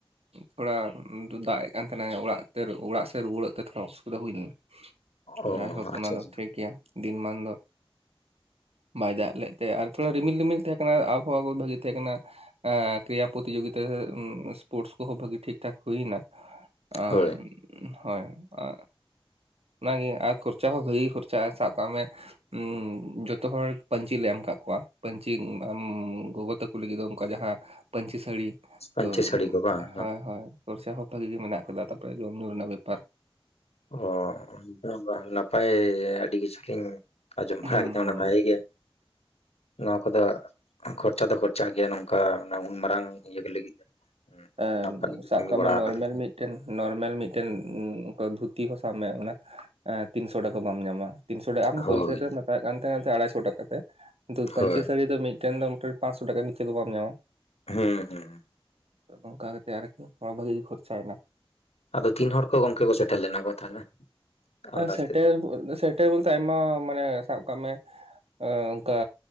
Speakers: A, on the right; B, on the left.
A: ᱛᱷᱚᱲᱟ ᱫᱟᱜ ᱮᱫ ᱠᱟᱱ ᱛᱟᱦᱮᱱᱟ, ᱚᱲᱟᱜ ᱛᱮ ᱚᱲᱟᱜ ᱥᱮᱫ ᱨᱩᱣᱟᱹᱲᱚᱜ ᱛᱮ ᱛᱷᱚᱲᱟ ᱚᱥᱩᱵᱤᱫᱷᱟ ᱦᱩᱭ ᱞᱮᱱᱟ᱾
B: ᱚ
A: ᱡᱟᱭᱦᱳᱠ ᱚᱱᱟ
B: ᱟᱪᱪᱷᱟ
A: ᱫᱚ
B: ᱟᱪᱪᱷᱟ
A: ᱴᱷᱤᱠ ᱜᱮᱭᱟ ᱫᱤᱱ ᱢᱟᱱ ᱫᱚ ᱵᱟᱭ ᱫᱟᱜ ᱞᱮᱫ ᱛᱮ ᱟᱨ ᱛᱷᱚᱲᱟ ᱨᱤᱢᱤᱞ ᱨᱤᱢᱤᱞ ᱛᱟᱦᱮᱸ ᱠᱟᱱᱟ, ᱟᱨ ᱟᱵᱚᱦᱟᱣᱟ ᱠᱚ ᱵᱷᱟᱹᱜᱤ ᱛᱟᱦᱮᱸ ᱠᱟᱱᱟ᱾ ᱮᱸ ᱠᱨᱤᱭᱟ ᱯᱨᱚᱛᱤᱡᱩᱜᱤᱛᱟ ᱥᱯᱳᱨᱴᱥ ᱠᱚᱦᱚᱸ ᱵᱷᱟᱹᱜᱤ ᱴᱷᱤᱠ ᱴᱷᱟᱠ ᱦᱩᱭᱮᱱᱟ ᱾ ᱟ
B: ᱦᱳᱭ
A: ᱦᱳᱭ ᱟ ᱚᱱᱟᱜᱮ ᱟᱨ ᱠᱷᱚᱨᱪᱟ ᱦᱚᱸ ᱵᱷᱟᱹᱜᱤ ᱜᱮ ᱠᱷᱚᱨᱪᱟᱜᱼᱟ ᱥᱟᱵ ᱠᱟᱜ ᱢᱮ ᱩᱸ ᱡᱚᱛᱚ ᱦᱚᱲ ᱯᱟᱹᱧᱪᱤ ᱞᱮ ᱮᱢ ᱠᱟᱫ ᱠᱚᱣᱟ, ᱯᱟᱹᱧᱪᱤ ᱜᱚᱜᱚ ᱛᱟᱠᱚ ᱞᱟᱹᱜᱤᱫ ᱫᱚ ᱚᱱᱠᱟ ᱡᱟᱦᱟᱸ ᱯᱟᱹᱧᱪᱤ ᱥᱟᱹᱲᱤ
B: ᱯᱟᱹᱧᱪᱤ
A: ᱛᱚ
B: ᱥᱟᱹᱲᱤ ᱠᱚ ᱵᱟᱝ
A: ᱦᱚᱭ ᱦᱚᱭ ᱠᱷᱚᱨᱪᱟ ᱦᱚᱸ ᱵᱷᱟᱜᱤ ᱜᱮ ᱢᱮᱱᱟᱜ ᱠᱟᱫᱟ ᱛᱟᱯᱚᱨᱮ ᱡᱚᱢ ᱧᱩ ᱨᱮᱱᱟᱜ ᱵᱮᱯᱟᱨ ᱾
B: ᱦᱚ <unintelligible> ᱱᱟᱯᱟᱭ ᱟᱹᱰᱤ ᱠᱤᱪᱷᱩ ᱞᱤᱧ ᱟᱸᱡᱚᱢ ᱵᱟᱲᱟ
A: ᱦᱩᱸ
B: ᱠᱮᱫᱟ
A: ᱦᱩᱸ
B: ᱚᱱᱟ ᱵᱷᱟᱜᱤ ᱜᱮ ᱱᱚᱣᱟ ᱠᱚᱫᱚ ᱠᱷᱚᱨᱪᱟ ᱫᱚ ᱠᱷᱚ ᱪᱟᱜ ᱜᱮᱭᱟ ᱱᱚᱝᱠᱟ ᱩᱱ ᱢᱟᱨᱟᱝ ᱤᱭᱟᱹ ᱠᱚ ᱞᱟᱹᱜᱤᱫ ᱫᱚ᱾
A: ᱮ
B: ᱱᱟᱯᱟᱭ ᱜᱮ
A: ᱥᱟᱵ
B: ᱠᱟᱹᱢᱤ
A: ᱠᱟᱜ
B: ᱵᱟᱲᱟ
A: ᱢᱮ ᱱᱚᱨᱢᱮᱞ
B: ᱠᱟᱫᱟ ᱯᱮ᱾
A: ᱢᱤᱫ ᱴᱮᱱ ᱱᱚᱨᱢᱮᱞ ᱢᱤᱫᱴᱮᱱ ᱫᱷᱩᱛᱤ ᱦᱚᱸ ᱥᱟᱵ ᱢᱮ ᱚᱱᱟ ᱛᱤᱱᱥᱚ ᱴᱟᱠᱟ ᱵᱟᱢ ᱧᱟᱢᱟ ᱾ ᱛᱤᱱᱥᱚ ᱴᱤ ᱟᱢ
B: ᱦᱳᱭ
A: ᱦᱳᱞᱥᱮᱞ ᱨᱮᱢ ᱦᱟᱛᱟᱣᱮᱫ ᱠᱟᱱ ᱛᱟᱦᱮᱸᱫ ᱛᱮ ᱟᱲᱟᱭᱥᱚ ᱴᱟᱠᱟ ᱛᱮ, ᱠᱤᱱᱛᱩ ᱯᱟᱹᱧᱪᱤ
B: ᱦᱳᱭ
A: ᱥᱟᱹᱲᱤ ᱫᱚ ᱢᱤᱫᱴᱮᱱ ᱫᱚ ᱢᱳᱴᱮ ᱯᱟᱸᱪᱥᱚ ᱴᱟᱠᱟ ᱱᱤᱪᱮ ᱫᱚ ᱵᱟᱢ ᱧᱟᱢᱟ᱾
B: ᱦᱩᱸ ᱦᱩᱸ᱾
A: ᱱᱚᱝᱠᱟ ᱠᱟᱛᱮ ᱟᱨᱠᱤ ᱱᱚᱣᱟ ᱵᱷᱟᱜᱤ ᱜᱮ ᱠᱷᱚᱨᱪᱟᱭᱮᱱᱟ᱾
B: ᱟᱫᱚ ᱛᱤᱱ ᱦᱚᱲ ᱠᱚ ᱜᱚᱝᱠᱮ ᱠᱚ ᱥᱮᱴᱮᱨ ᱞᱮᱱᱟ ᱠᱚ ᱛᱟᱦᱚᱞᱮ
A: <unintelligible>
B: ᱟᱱᱫᱟᱡ
A: ᱥᱮᱴᱮᱨ
B: ᱛᱮᱫᱚ?
A: <unintelligible> ᱴᱮᱵ ᱛᱮ ᱟᱭᱢᱟ ᱢᱟᱱᱮ ᱥᱟᱵ ᱠᱟᱜ ᱢᱮ ᱾ ᱮ ᱚᱱᱠᱟ